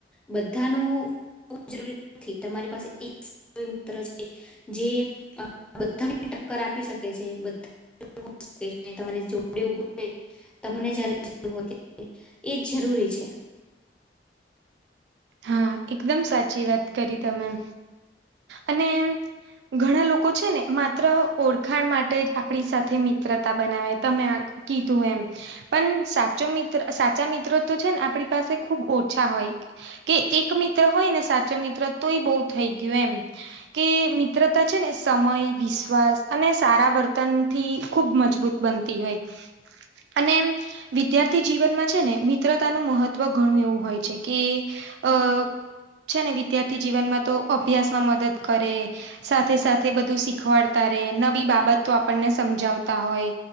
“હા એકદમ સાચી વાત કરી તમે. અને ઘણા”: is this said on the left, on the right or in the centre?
Right